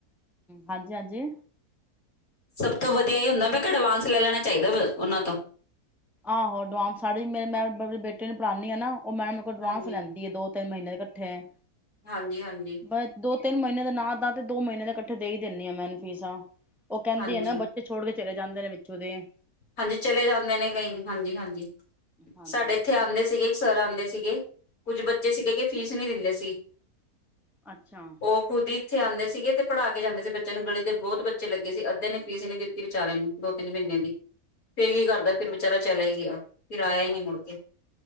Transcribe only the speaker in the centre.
ਹਮ ਹਾਂਜੀ ਹਾਂਜੀ।
ਆਹੋ ਅਡਵਾਂਸ ਆਲ਼ੀ ਮੇ ਮੈਂ ਮੇਰੇ ਬੇਟੇ ਨੂੰ ਪੜਾਨੀ ਆ ਨਾ- ਉਹ ਮੈਡਮ ਮੇਰੇ ਕੋਲੋ ਐਡਵਾਂਸ
ਲੈਂਦੀ ਐ ਦੋ- ਤਿੰਨ ਮਹੀਨੇ ਇਕੱਠੇ-
ਬ ਦੋ ਤਿੰਨ ਮਹੀਨੇ ਦੇ ਨਾ ਤਾਂ ਦੋ ਮਹੀਨੇ ਦੇ ਇਕੱਠੇ ਦੇ ਹੀ ਦਿੰਨੀ ਆ ਮੈਂ ਉਹਨੂੰ ਫੀਸ। ਉਹ ਕਹਿੰਦੀ
ਹੈ ਨਾ ਬੱਚੇ ਛੋੜ ਕੇ- ਚਲੇ ਜਾਂਦੇ ਨੇ ਵਿੱਚੋਂ ਦੇ-
ਹਾਂਜੀ
ਅੱਛਾ
ਅੱਛਾ